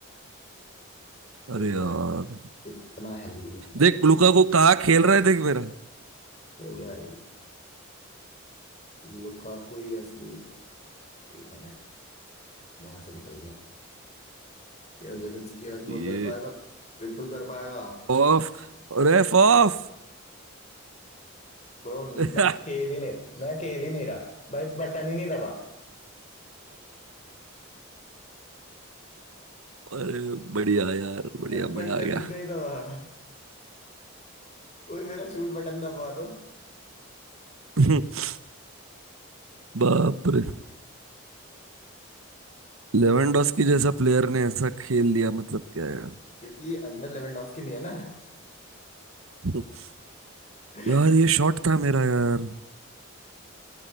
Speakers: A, on the right (about 80°); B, on the left (about 35°).
A: अरे
B: देखते
A: यार
B: हैं कितना हेल्दी है
A: देख लुकाकू कहाँ खेल रहा है देख मेरा
B: भैया लुकाकू ही असली एक मिनट यहाँ से निकल गया क्या जेलेंस्की आज
A: ये
B: गोल कर पाएगा बिल्कुल कर पाएगा
A: ऑफ रेफ ऑफ
B: ब्रो
A: <laughs>
B: मैं खेल ही नहीं मैं खेल ही नहीं रहा भाई बटन ही नहीं दबा
A: अरे बढ़िया यार बढ़िया
B: भाई बटन
A: मजा आ गया
B: ही नहीं दबा कोई मेरा शूट बटन दबा दो
A: <laughs> बाप रे लेवेंडोस्की जैसा प्लेयर ने ऐसा खेल लिया मतलब क्या यार
B: क्योंकि अंदर लेवेंडोस्की नहीं है ना
A: <laughs>
B: <laughs>
A: यार ये शॉट था मेरा यार